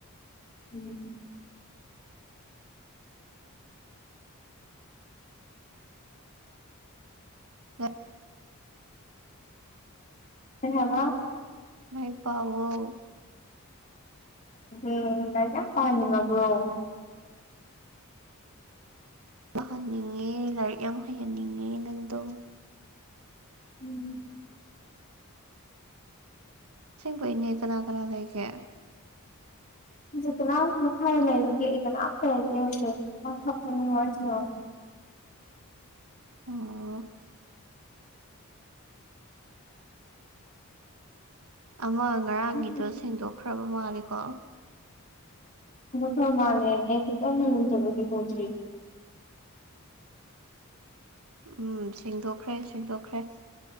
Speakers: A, on the left (about 35°); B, on the right (about 85°).
A: ꯎꯝ
B: ꯑ
A: ꯑꯦꯉ
B: ꯉꯥꯏ ꯄꯑꯣꯣ
A: ꯦ ꯂ ꯀ ꯄꯅꯤ ꯋꯥꯕ꯭ꯔꯣ
B: ꯇꯥꯍꯟꯅꯤꯡꯉꯦ ꯂꯥꯏꯔꯤꯛ ꯌꯥꯝ ꯍꯩꯍꯟꯅꯤꯡꯉꯦ ꯅꯪꯗꯣ
A: ꯎꯝ
B: ꯁꯤꯁꯤꯡꯕꯩꯅꯤ ꯀꯅꯥ ꯀꯅꯥ ꯂꯩ ꯀ
A: ꯍꯧꯖꯤꯛ ꯀꯅꯥꯝꯇ ꯃꯈꯥꯗ ꯂꯩꯕꯒꯦ ꯑꯩ ꯀꯅꯥꯝꯇ ꯂꯩꯇꯦ ꯍꯧꯖꯤꯛ ꯊꯛꯄꯒꯤ ꯋꯥꯔꯤꯁꯤꯅ
B: ꯑꯣ ꯑꯃ ꯉꯔꯥꯡꯒꯤꯗꯣ
A: ꯎꯝ
B: ꯁꯦꯡꯗꯣꯛꯈ꯭ꯔꯕ ꯃꯥꯂꯦꯀꯣ
A: ꯐ꯭ꯔ ꯃꯥꯅꯦ ꯑꯦꯖꯖꯕꯗꯤ ꯄꯣꯆ
B: ꯎꯝ ꯁꯦꯡꯗꯣꯛꯈ꯭ꯔꯦ ꯁꯦꯡꯗꯣꯛꯈ꯭ꯔꯦ